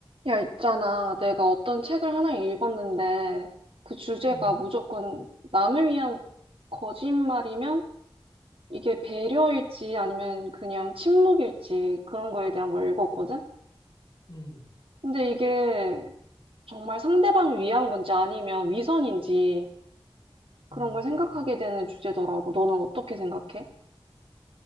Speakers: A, on the right (about 70°); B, on the left (about 60°).
A: 야, 있잖아. 내가 어떤 책을 하나 읽었는데, 그 주제가
B: 음,
A: 무조건 남을 위한 거짓말이면 이게 배려일지 아니면 그냥 침묵일지 그런 거에 대한 걸 읽었거든?
B: 음,
A: 근데 이게 정말 상대방을 위한 건지 아니면 위선인지 그런
B: 음.
A: 걸 생각하게 되는 주제더라고. 너는 어떻게 생각해?